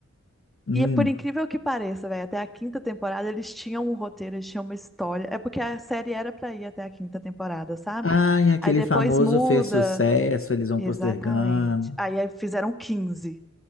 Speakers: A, on the left; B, in the centre.
A: Hum.
B: E é por incrível que pareça, velho, até a quinta temporada eles tinham um roteiro, eles tinham uma história. É porque a série era pra ir até a quinta temporada, sabe?
A: Ai, aquele
B: Aí depois
A: famoso
B: muda.
A: fez sucesso, eles vão
B: Exatamente.
A: postergando.
B: Aí aí fizeram quinze